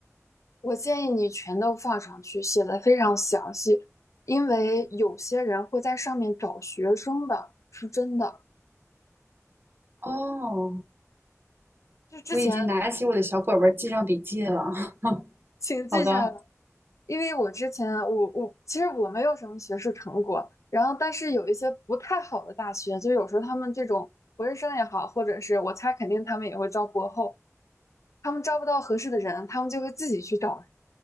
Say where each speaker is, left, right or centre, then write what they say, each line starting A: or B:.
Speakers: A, on the left; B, on the right.
A: 我建议你全都放上去，写的非常详细，因为有些人会在上面找学生的，是真的。
B: 哦，
A: 就之前
B: 我已经拿起我的小本本儿记上笔记了。<laughs>
A: 请记下来。
B: 好的，
A: 因为我之前啊我我其实我没有什么学术成果，然后但是有一些不太好的大学，就有时候他们这种博士生也好，或者是我猜肯定他们也会招博后，他们招不到合适的人，他们就会自己去找人，